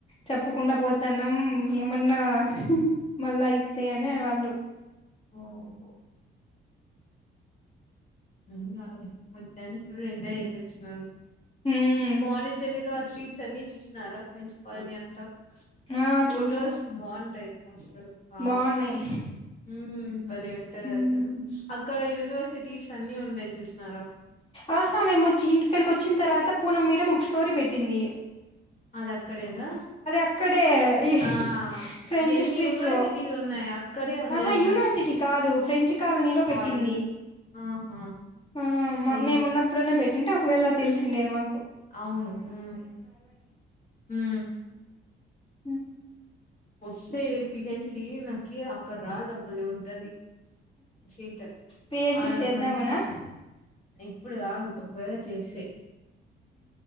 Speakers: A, on the left (about 30°); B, on the left (about 45°).
A: చెప్పకుండా పోతాన్నాం ఏమన్నా మళ్ళ ఐతే అని వాళ్ళు.
B: ఓహో ఏమ్ కాదులే మొత్తానికి ఫుల్ ఎంజాయ్ చేశిర్
A: మ్మ్
B: వాణిజరిలో అష్ స్ట్రీట్స్ అన్నీ చూసినారా ఫ్రెంచ్ కాలనీ అంతా.
A: ఆ
B: ఫొటోస్
A: చూసాం
B: బాగుంటాయి. అసలు వావ్.
A: బాగున్నాయి
B: ఉమ్ భలే ఉంటది
A: ఉమ్.
B: అసలు. అక్కడ యూనివర్సిటీస్ అన్నీ ఉండే చూసినారా.
A: ఆహా మేముచ్చి ఇక్కడికి వచ్చిన్ తర్వాత పూనం మేడం ఒక స్టోరీ పెట్టిందీ.
B: అది అక్కడే ఉందా.
A: అక్కడే ఈ
B: ఆ
A: ఫ్రెంచ్
B: ఎన్ని
A: స్ట్రీట్
B: యూనివర్సిటీలు
A: లో
B: ఉన్నాయి అక్కడే ఉండేది
A: ఆహా
B: యూనివర్సిటీ.
A: కాదు ఫ్రెంచ్ కాలనీలో పెట్టింది
B: కాలనీ ఆహా
A: ఆ మ
B: ఐ
A: మేమున్నప్పుడన్నా పెట్ ఉంటే ఒకవేళా తెలిసిందేమో.
B: అవును ఊ ఊ
A: ఉ
B: ఒస్తే పి హెచ్ డీ నాక్ కీ అక్కడ రావళ్ళ బలే ఉంటది సీట.
A: పిహెచ్డి
B: ఆడ
A: చేద్దామనా
B: మంచిగా ఇప్పుడు కాదు ఒ ఒకవేళ చేస్తే.